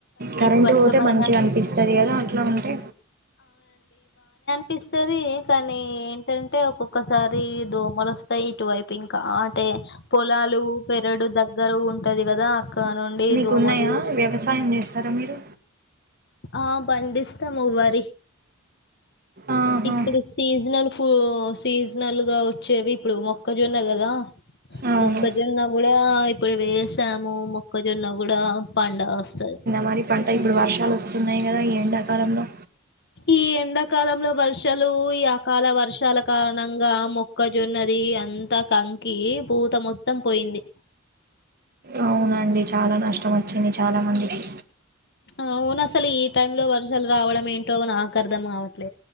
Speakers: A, on the right; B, on the left.
A: కరెంటు
B: స్వచ్ఛమైన
A: పోతే మంచిగా అనిపిస్తది కదా అట్లా ఉంటే
B: పిస్తది. కానీ, ఏంటంటే ఒక్కొక్కసారి దోమలు వస్తాయి ఇటువైప్ ఇంగ్ కా అంటే పొలాలు పెరడు దగ్గర ఉంటది కదా, అక్కడ నుండి
A: మీకు
B: దోమలు
A: ఉన్నాయా వ్యవసాయం చేస్తరా మీరు?
B: ఆ పండిస్తాము వరి.
A: ఆహా
B: ఇప్పుడు సీజనల్ ఫు సీజనల్ గా వచ్చేవి ఇప్పుడు మొక్కజోన్న కదా
A: అవును
B: మొక్కజొన్న కూడా ఇప్పుడు వేసాము. మొక్కజొన్న కూడ పండా వస్తది.
A: వరి పంట ఇప్పుడు వర్షాలు వస్తున్నయి ఎండాకాలంలో
B: ఈ ఎండాకాలంలో వర్షాలు, ఈ అకాల వర్షాల కారణంగా మొక్కజొన్నది అన్ త కంకి పూత మొత్తం పోయింది.
A: అవునండి. చాలా నష్టం వచ్చింది చాలా మందికి.
B: అవును అసలు ఈ టైమ్ లో వర్షాలు రావడం ఏంటో నాకు అర్థం కావ్